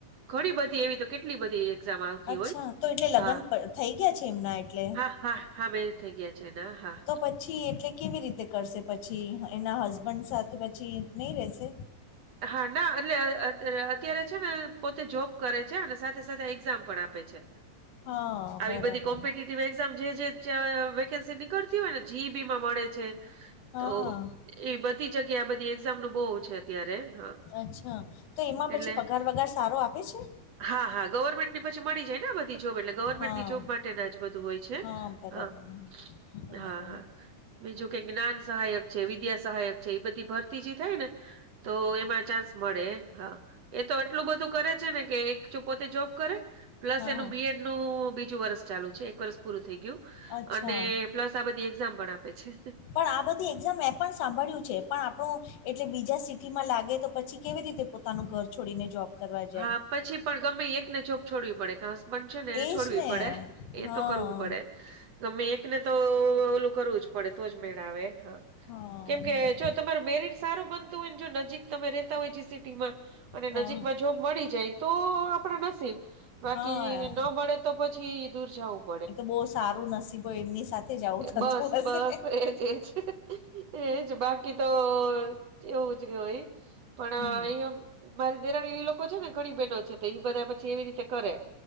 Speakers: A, on the right (about 60°); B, on the left (about 80°).
A: ઘણી બધી એવી તો કેટલી બધી એક્ઝામ આવતી
B: અચ્છા
A: હોય
B: તો એટલે લગ્ન
A: હા
B: થઈ ગયા છે એમના એટલે
A: હા હા હા મેરેજ થઈ ગયા છેને હા
B: તો પછી એટલે કેવી રીતે કરશે પછી એના હસબન્ડ સાથે પછી નહી રેશે
A: હા ના એટલે અત્યારે છે ને પોતે જોબ કરે છે અને સાથે સાથે એક્ઝામ પણ આપે છે.
B: હા.
A: આવી
B: બરાબર
A: બધી કોમ્પિટિવ એઝામ જે વેકેન્સી નીકળતી હોય ને જીઈબી માં મળે છે.
B: હા
A: તો
B: હા
A: એ બધી જગ્યા આ બધી એક્ઝામ નું બહુ છે અત્યારે હા
B: અચ્છા તો એમાં પછી
A: એટલે
B: પગાર વગાર સારો આપે છે.
A: હા હા ગવર્મેન્ટ ની પછી મળી જાય ને બધી જોબ એટલે ગવર્મેન્ટની
B: હા
A: જોબ માટે જ બધું હોય છે
B: હા બરાબર
A: હ
B: બરાબર
A: હા હા બીજું કે જ્ઞાન સહાયક છે વિદ્યા સહાયક છે એ બધી ભરતી જે થાય ને તો એમ ચાન્સ મળે હા એ તો એટલું બધું કરે છે ને કે એક જો પોતે જોબ કરે
B: હા
A: પ્લસ એનું
B: હા
A: બીએડ નું બીજું વરષ ચાલુ છે એક વરષ પૂરું થઈ ગયું
B: અચ્છા
A: અને પ્લસ આ બધી એક્ઝામ પણ આપે છે.
B: પણ આ બધી એક્ઝામ મે પણ સાંભળ્યું છે પણ આપણું એટલે બીજા સિટી માં લાગે તો પછી કેવી રીતે પોતાનું ઘર છોડીને જોબ કરવા જાય.
A: હા, પછી પણ ગમે એકને જોબ છોડવી પડે કે હસબન્ડ છે ને એને
B: એજ
A: છોડવી
B: ને
A: પડે એ
B: હા
A: તો કરવું પડે. ગમે એકને તો ઓલું કરવું જ પડે તોજ મેળ આવે.
B: હા
A: કેમકે
B: બરાબર
A: જો તમાર મેરિટ સારો બનતું હોય ને જો નજીક તમે રેતા હોય સિટી માં અને
B: હા
A: નજીક જો મળી જાય તો આપણા નસીબ બાકી
B: હા
A: ન મળે તો પછી દૂર જાવું
B: એ તો બો સારું નસીબો એમની સાથે જ આવું
A: બસ
B: થતું
A: બસ
B: હશે.
A: એજ એજ એજ બાકી તો એવું જ કેવાય પણ
B: હમ
A: એ મારી <unintelligible> લોકો છે ને ઘણી બહેનો છે તો એ બધા પછી એવી રીતે કરે